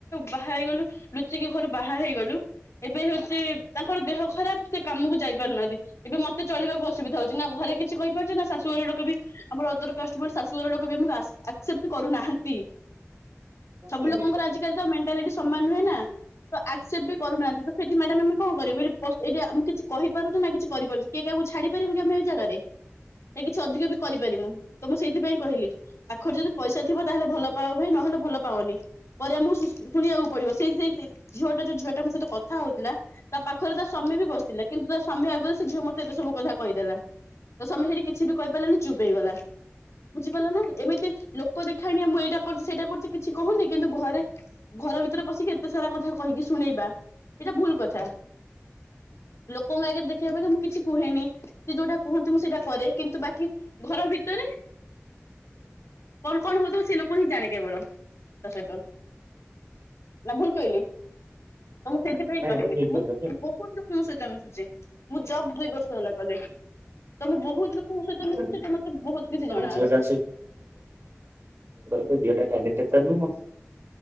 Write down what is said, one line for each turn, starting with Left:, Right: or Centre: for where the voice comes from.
Left: ବାହାହେଇଗଲୁ ଲୁଚିକି ଘରୁ ବାହା ହେଇଗଲୁ। ଏବେ ହଉଛି ତାଙ୍କର ଦେହ ଖରାପ ସେ କାମକୁ ଯାଇ ପାରୁନାହାନ୍ତି। ଏବେ ମତେ ଚଳିବାକୁ ଅସୁବିଧା ହଉଛି ନା ଘରେ କିଛି କହିପାରୁଛି ନା ଶାଶୁ ଘର ଲୋକ ବି ଆମର ଅଦର କାଷ୍ଟବୋଲି ଶାଶୁଘର ଲୋକ ବି ଆମକୁ ଆକ୍ସେପ୍ଟ କରୁନାହାଁନ୍ତି। ସବୁ
Right: ନାଇଁ
Left: ଲୋକଙ୍କର ଆଜିକାଲି ତ ମେଣ୍ଟାଲିଟି ସମାନ ନୁହେଁ ନା। ତ ଆକ୍ସେପ୍ଟ ବି କରୁନାହାଁନ୍ତି ତ ସେଠି ମ୍ୟାଡାମ ଆମେ କଣ କରିବୁ ହେଠି ପ୍ଲସ ଏଇଠି ଆ ମୁଁ କିଛି କହିପାରୁଛି ନା କିଛି କରିପାରୁଛି କିଏକାହାକୁ ଛାଡ଼ି ପାରିବୁକି ଆମେ ଏଇ ଜାଗାରେ ନା କିଛି ଅଧିକ ବି କରିପାରିବୁ ତ ମୁଁ ସେଇଥିପାଇଁ କହିଲି ପାଖରେ ଯଦି ପଇସା ଥିବ ତାହେଲେ ଭଲ ପାଅ ଭାଇ ନହେଲେ ଭଲ ପାଉନି। ପରେ ଆମକୁ ସୁ ସୁ ଶୁଣିବାକୁ ପଡିବ ସେଇ ସେଇ ଝିଅଟା ଯୋଉ ଝିଅଟା ମୋ ସହିତ କଥା ହଉଥିଲା ତା ପାଖରେ ତା ସ୍ଵାମୀ ବି ବସିଥିଲା କିନ୍ତୁ ତା ସ୍ୱାମୀ ଆଗରେ ସେ ଝିଅ ମୋତେ ଏତେ ସବୁ କଥା କହିଦେଲା। ତା ସ୍ୱାମୀ ସେଠି କିଛି ବି କହିପାରିଲାନି ଚୁପ୍ ହେଇଗଲା। ବୁଝିପାରିଲ ନା ଏମିତି ଲୋକ ଦେଖାଣିଆ ମୁଁ ଏଇଟା କରୁଛି ସେଇଟା କରୁଛି କିଛି କହୁନି କିନ୍ତୁ ଘରେ ଘର ଭିତରେ ପଶିକି ଏତେ ସାରା କଥା କହିକି ଶୁଣେଇବା ଏଇଟା ଭୁଲ କଥା। ଲୋକଙ୍କ ଆଗରେ ଦେଖେଇବା ହେବା ଯେ ମୁଁ କିଛି କୁହେନି। ସେ ଯୋଉଟା କୁହନ୍ତି ମୁଁ ସେଇଟା କରେ କିନ୍ତୁ ବାକି ଘର ଭିତରେ
Right: ହୁଁ
Left: କଣ କଣ ହଉଥିବ ସେ ଲୋକହିଁ ଜାଣେ କେବଳ ତା ସହିତ ନା ଭୁଲ କହିଲି? ତ ମୁଁ ସେଇଥିପାଇଁ କହିଲି
Right: ଏଟା ଠିକ
Left: ମୁଁ
Right: କହିଲ
Left: ବହୁତ ଲୋକଙ୍କ ସହିତ ମିଶୁଛି ମୁଁ ଜବ୍ ଦୁଇ ବର୍ଷ ହେଲା କଲିଣି। ତ ବହୁତ ଲୋକଙ୍କ ସହିତ ମିଶୁଛି
Right: ଯେ।
Left: ତ ମତେ ବହୁତ କିଛି
Right: ଝିଅଟା
Left: ଜଣାଅଛି।
Right: ତୋ ଝିଅଟା କ୍ୟାଣ୍ଡଡିଡେଟ୍ଟା ନୁଁହ?